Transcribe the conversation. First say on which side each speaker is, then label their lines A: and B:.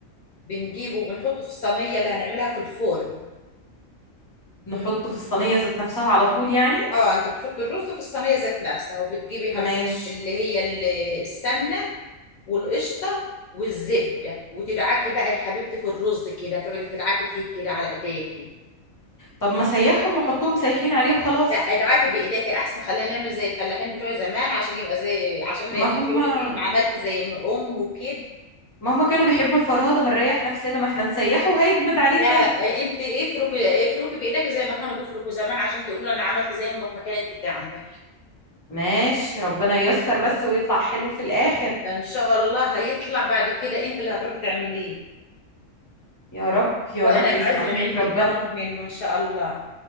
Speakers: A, on the left (about 75°); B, on the left (about 20°).
A: بنجيبه وبنحطه في الصينية اللي هنعملها في الفرن
B: نحطه في الصينية ذات نفسها على طول يعني
A: اه انت بتحط الرز في الصينية ذات نفسها وبتجيبي يا حبيبة
B: ماشي
A: قلبي اللي هي ال- السمنة والقشطه والزبده وتدعكي بقى يا حبيبتي في الرز كده تقعدي تدعكي فيه كده على ايديكي
B: طب ما سيحهم وحطهم سايحين عليه وخلاص
A: لا ادعكي بايديكي احسن خلينا نعمل زي الفلاحين بتوع زمان عشان يبقى زي عشان
B: ما
A: ما يرجعش
B: هم
A: يقول لك ليه ما عملت زي ما ام وكده
B: ما هم كانوا بيحبوا الفرهدة ما نريح نفسنا ما احنا نسيحه وهيجمد عليه
A: لا
B: تاني
A: انت افركي افركي بايديكي زي ما كانوا بيفركوا زمان عشان تقولوا لها انا عملت زي ما امك ما كانت بتعمل
B: ماشي ربنا ييسر بس ويطلع حلو في الآخر
A: ان شاء الله هيطلع بعد كده انت اللي هتروحي تعمليه
B: يا رب يا
A: وانا
B: رب
A: اتعزم
B: يسمع منك
A: عندك
B: ربنا
A: واكل منه ان شاء الله